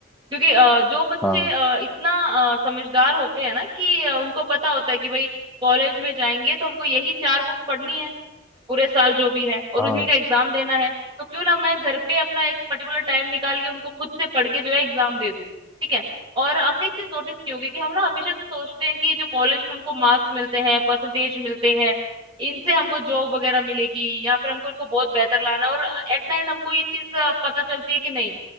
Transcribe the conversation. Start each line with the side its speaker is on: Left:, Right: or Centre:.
Right: क्योंकि अ, जो बच्चे
Centre: हाँ
Right: अ, इतना अ, समझदार होते हैं ना कि अ, उनको पता होता है कि भाई कॉलेज में जाएंगे तो हमको यही चार बुक्स पढ़नी है पूरे साल जो भी है और
Centre: हाँ
Right: उन्हीं
Centre: हाँ,
Right: का एग्जाम देना है तो क्यों ना मैं घर पे अपना एक पर्टिकुलर टाइम निकाल के उनको खुद से पढ़ के जो है एग्जाम दे दूं ठीक है और आपने एक चीज नोटिस की होगी कि हम ना हमेशा से सोचते हैं कि जो कॉलेज में हमको मार्क्स मिलते हैं परसेंटेज मिलते हैं इनसे हमको जॉब वगैरह मिलेगी या फिर हमको इनको बहुत बेहतर लाना है और एट द एंड हमको ये चीज अ, पता चलती है कि नहीं